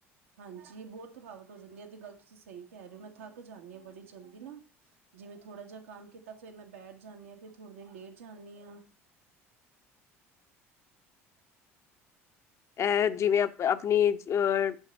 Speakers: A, on the right (about 70°); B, on the left (about 40°).
A: ਹਾਂਜੀ ਬਹੁਤ ਥਕਾਵਟ ਹੋ ਜਾਂਦੀ ਹੈ ਤੇ ਗੱਲ ਤੁਸੀਂ ਸਹੀ ਕਹਿ ਰਹੇ ਹੋ ਮੈਂ ਥੱਕ ਜਾਂਦੀ ਹਾਂ ਬੜੀ ਜਲਦੀ ਨਾ। ਜਿਵੇਂ ਥੋੜਾ ਜਿਹਾ ਕੰਮ ਕੀਤਾ ਫਿਰ ਮੈਂ ਬੈਠ ਜਾਂਨੀ ਹਾਂ ਫੇਿਰ ਥੋੜ੍ਹੇ ਦੇਰ ਲੇਟ ਜਾਂਨੀ ਹਾਂ।
B: ਐ ਜਿਵੇਂ ਆਪਣੀ ਅਹ